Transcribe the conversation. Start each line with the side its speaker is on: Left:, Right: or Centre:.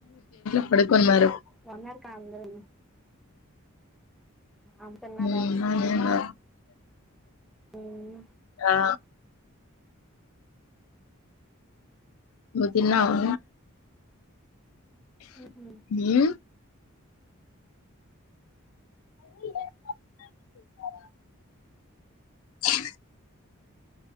Left: ఎక్కడ కొన్నరు?
Centre: బాగున్నారు కా అందరూ అమ్మ తిన్నారా
Left: మ్ ఆనియన్గా
Centre: ఉమ్,
Left: ఆ ను తిన్నావా?
Centre: మ్ హ్
Left: హ్మ్ మీ ఎర్ఫోన్స్ <inaudible> హె